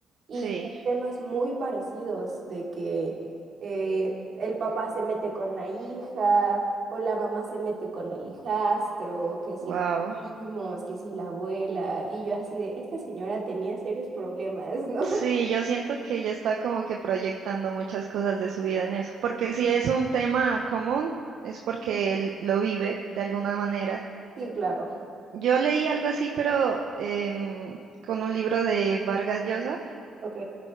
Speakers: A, on the right; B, on the right.
A: y
B: Sí,
A: son temas muy parecidos, de que eh, el papá se mete con la hija o la mamá se mete con el hijastro, que si
B: wow.
A: los primos, que si la abuela, y yo así de, esta señora tenía serios problemas, <laughs> ¿no?
B: Sí, yo siento que ella está como que proyectando muchas cosas de su vida en eso, porque si es un tema común, es porque él lo vive de alguna manera.
A: Sí, claro.
B: Yo leí algo así, pero em, con un libro de Vargas Llosa
A: Ok,